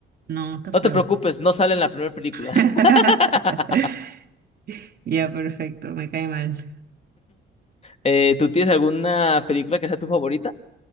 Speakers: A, on the right; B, on the left.
A: No, está
B: No
A: feo.
B: te preocupes, no sale en la primera película.
A: <laughs>
B: <laughs>
A: Ya, perfecto, me cae mal.
B: Eh, ¿tú tienes alguna película que sea tu favorita?